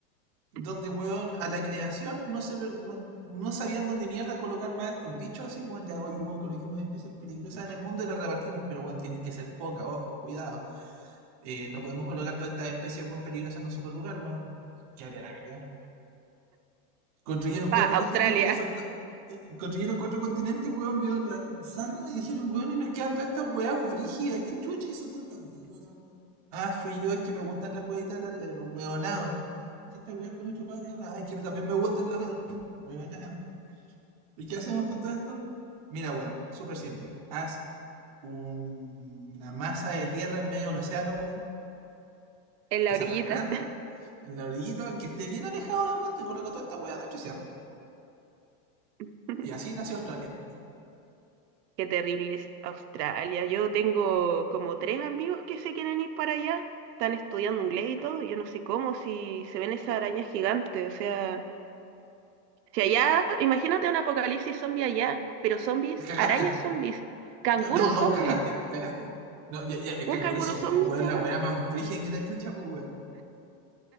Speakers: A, on the right; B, on the right.
A: donde,
B: <laughs>
A: weón, a la creación no, se, lo- no, no sabían dónde mierda colocar más estos bichos así, weón. Ya, oye, weón, coloquemos especies peligrosas en el mundo y las repartimos, pero, weón, tienen que ser pocas, ojo, cuidado. Eh, no podemos colocar todas estas especies, weón, peligrosas en un solo lugar, weón. ¿Qué haría la cagada? Construyeron
B: Pa,
A: cuatro
B: Australia,
A: continentes, le faltó. eh, Construyeron cuatro continentes, weón, vieron la- el saco y dijeron, weón, y nos quedan todas estas weas brígidas. ¿Quién chucha hizo tantas víboras, weón? Ah, fui yo, es que me gustan las huevitas largas, los huevonados. Y estas weas con ocho patas, ah, es que me- también me gustan los los huevonados. ¿Y qué hacemos con todo esto? Mira, weón, súper simple. Haz un- una masa de tierra en medio del océano, weón.
B: en la
A: Esa
B: orillita.
A: wea grande, en la orillita, que esté bien alejado del resto y coloca toda esta wea dentro y cierra.
B: <laughs>
A: Y así nació Australia.
B: Qué terrible es Australia. Yo tengo como tres amigos que se quieren ir para allá. Están estudiando inglés y todo. y Yo no sé cómo, si se ven esas arañas gigantes. O sea, si allá, imagínate un apocalipsis zombie allá, pero zombies,
A: Cagaste.
B: arañas zombies, canguros
A: No, no,
B: zombies.
A: cagaste, cagaste. No, ya, ya, el canguro
B: Un canguro
A: zombie,
B: zombie
A: pues, weón,
B: ya
A: la
B: acá,
A: weá más brígida que la chucha, pues, weón.